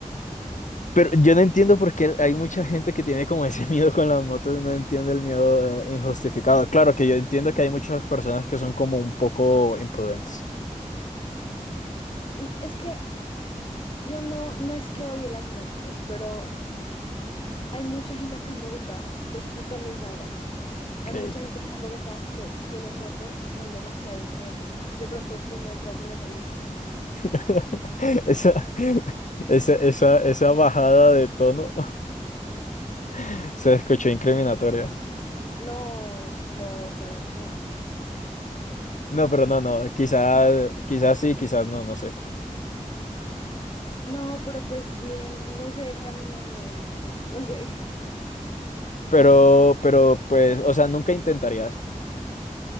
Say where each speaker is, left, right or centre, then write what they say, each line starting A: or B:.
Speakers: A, on the left; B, on the left.
A: pero yo no entiendo por qué hay mucha gente que tiene como ese <laughs> miedo con las motos, no entiendo el miedo eh, injustificado. Claro que yo entiendo que hay muchas personas que son como un poco imprudentes.
B: Mm, Es que yo no, no es que odie las motos, pero hay mucha gente acá en Bogotá, pues tú también sabrás. Hay
A: Ok.
B: mucha gente acá en Bogotá que tienen moto y son demasiado imprudentes. De pronto tú no entras en esa lista.
A: <laughs>
B: Espero
A: Esa, esa, esa, esa bajada de tono <laughs> se escuchó incriminatoria.
B: No, no, para, no,
A: No, pero
B: no,
A: no, no, quizás, quizás sí, quizás no, no sé.
B: no, pero pues bien, no sé, a mí me da miedo, no, no sé. <laughs>
A: Pero, pero pues, o sea, nunca intentarías,